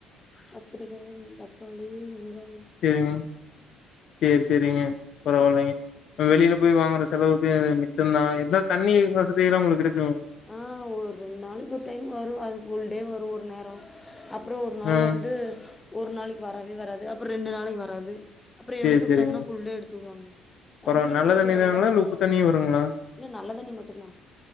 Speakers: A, on the left (about 20°); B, on the left (about 55°).
A: கத்திரிக்கா ம் தக்காளி இதுதா
B: சேரிங்க சேரி சேரிங்க பரவால்லைங்க ஆ வெளில போய் வாங்குற செலவுக்கு இது மிச்சந்தா இருந்தாலு தண்ணி
A: ஆ
B: வசதியல்லா உங்களுக்கு இரு
A: ஆ ஒரு ரெண்ட் நாளைக்கி ஒரு டைம் வரு அது ஃபுல் டே வ ரு ஒரு நேரோ அ ப்றோ ஒரு நாள்
B: ஆ
A: வந்து ஒரு நாளைக்கி வரவே வராது அப்புற ரெண்டு நாளைக்கி வராது அப்புற
B: சேரி
A: எடுத்து விட்டாங்னா
B: சேரிங்க
A: ஃபுல் டே எடுத்து விடுவாங்க. தண்ணிக்கு
B: பரவால்ல நல்ல
A: கொஞ்ச
B: தண்ணி
A: ஓரளவுக்கு
B: தானுங்களா இல்ல
A: பரவால்ல
B: உப்பு தண்ணியு வருங்களா
A: இல்ல நல்ல தண்ணி மட்டுந்தா